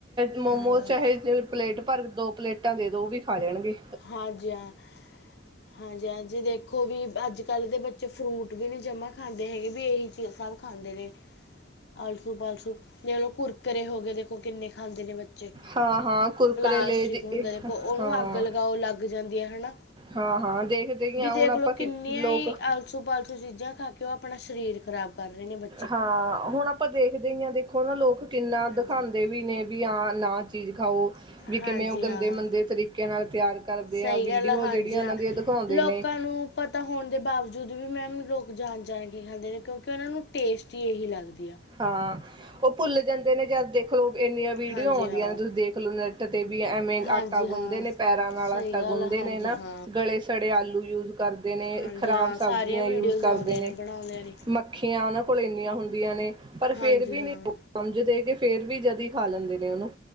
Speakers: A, on the right; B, on the left.
A: ਮੋਮੋਜ਼
B: ਹਾਂਜੀ ਹਾਂ
A: ਚਾਹੇ ਪਲੇਟ ਭਰ, ਦੋ ਪਲੇਟਾਂ ਦੇ ਦੋ ਵੀ ਖਾ ਜਾਣਗੇ।
B: ਹਾਂਜੀ ਹਾਂ। ਹਾਂਜੀ- ਹਾਂਜੀ ਦੇਖੋ ਵੀ ਅੱਜ ਕੱਲ੍ਹ ਦੇ ਬੱਚੇ ਫਰੂਟ ਵੀ ਨੀ ਜਮਾ ਖਾਂਦੇ ਹੈਗੇ, ਵੀ ਇਹੀ ਸਭ ਖਾਂਦੇ ਨੇ, ਆਲਸੂ- ਪਾਲਸੂ। ਚਲੋ ਕੁਰਕਰੇ ਹੋ ਗਏ ਦੇਖੋ ਕਿੰਨੇ ਖਾਂਦੇ ਨੇ ਬੱਚੇ,
A: ਹਾਂ ਹਾਂ ਕੁਰਕਰੇ
B: ਪਲਾਸਟਿਕ
A: ਲੇਜ
B: ਹੁੰਦਾ ਦੇਖੋ ਉਹਨੂੰ
A: ਹਾਂ
B: ਅੱਗ ਅੱ ਲਗਾਓ ਲੱਗ ਜਾਂਦੀਆਂ ਹਨਾ।
A: ਹਾਂ ਹਾਂ ਦੇਖਦੇ ਹੀ
B: ਵੀ
A: ਹਾਂ
B: ਦੇਖਲਓ
A: ਹੁਣ ਆਪਾਂ ਕਿ
B: ਕਿੰਨੀਆਂ
A: ਲੋਕ
B: ਹੀ ਸੂ- ਪਾਲਤੂ ਚੀਜ਼ਾਂ ਖਾ ਕੇ ਉਹ ਆਪਣਾ ਸਰੀਰ ਖਰਾਬ ਕਰ ਰਹੇ ਨੇ ਬੱਚੇ।
A: ਹਾਂ। ਹੁਣ ਆਪਾਂ ਦੇਖਦੇ ਹੀ ਹਾਂ ਦੇ ਦੇਖੋ ਨਾ ਲੋਕ ਕਿੰਨਾ
B: ਹਾਂਜੀ
A: ਦਿਖਾਉਂਦੇ ਵੀ ਨੇ, ਵੀ ਹਾਂ ਨਾ ਚੀਜ਼ ਖਾਓ। ਵੀ
B: ਹਾਂਜੀ
A: ਕਿਵੇਂ ਉਹ ਗੰਦੇ-
B: ਹਾਂ
A: ਮੰੰਦੇ ਤਰੀਕੇ ਨਾਲ ਤਿਆਰ ਕਰਦੇ
B: ਸਹੀ
A: ਆ। ਵੀਡੀਓ
B: ਗੱਲ ਹਾਂਜੀ
A: ਜਿਹੜੀਆਂ ਉਹਨਾਂ
B: ਹਾਂ।
A: ਦੀਆਂ ਦਿਖਾਉਂਦੇ
B: ਲੋਕਾਂ
A: ਨੇ।
B: ਨੂੰ ਪਤਾ ਹੋਣ ਦੇ ਬਾਵਜੂਦ ਵੀ ਮੈਮ ਲੋਕ ਜਾਣ ਜਾਣ ਕੇ ਖਾਂਦੇ ਨੇ, ਕਿਉਂਕਿ ਉਹਨਾਂ ਨੂੰ ਟੇਸਟੀ ਇਹੀ ਲੱਗਦੀ ਆ।
A: ਹਾਂ, ਉਹ ਭੁੱਲ ਜਾਂਦੇ ਨੇ ਜਦ ਦੇ ਦੇਖਲਓ ਇੰਨੀਆਂ ਵੀਡੀਓ
B: ਹਾਂਜੀ
A: ਆਉਂਦੀਆਂ
B: ਹਾਂ,
A: ਨੇ ਤੁਸੀਂ ਦੇਖ ਲਓ ਨੈੱਟ ਤੇ ਵੀ ਐਵੇਂ
B: ਹਾਂਜੀ
A: ਆਟਾ ਗੁੰਦੇ
B: ਹਾਂ।
A: ਨੇ ਪੈਰਾਂ ਨਾਲ।
B: ਸਹੀ ਗੱਲ
A: ਗੁੰਨਦੇ
B: ਹਾਂਜੀ
A: ਨੇ ਨਾ
B: -ਹਾਂਜੀ।
A: ਗਲੇ ਸੜੇ ਆਲੂ ਯੂਜ ਕਰਦੇ। ਕਰਦੇ ਨੇ
B: ਹਾਂਜੀ
A: ਖਰਾਬ
B: ਹਾਂ
A: ਸਬਜ਼ੀਆਂ
B: ਸਾਰੀਆਂ ਵੀਡੀਓਜ਼
A: ਯੂਜ ਕਰਦੇ
B: ਆਉਂਦੀਆਂ
A: ਨੇ।
B: ਬਣਾਉਂਦਿਆਂ ਨੇ।
A: ਮ ਅੱਖੀਆਂ ਉਹਨਾਂ ਕੋਲ ਇੰਨੀਆਂ ਹੁੰਦੀਆਂ ਨੇ, ਪਰ
B: ਹਾਂਜੀ
A: ਫੇਰ ਵੀ ਨਹੀਂ।
B: ਹਾਂ,
A: ਸਮਝ ਦੇ ਕੇ ਫੇਰ ਵੀ ਜਦੀ ਖਾ ਲੈਂਦੇ ਨੇ ਉਹਨੂੰ।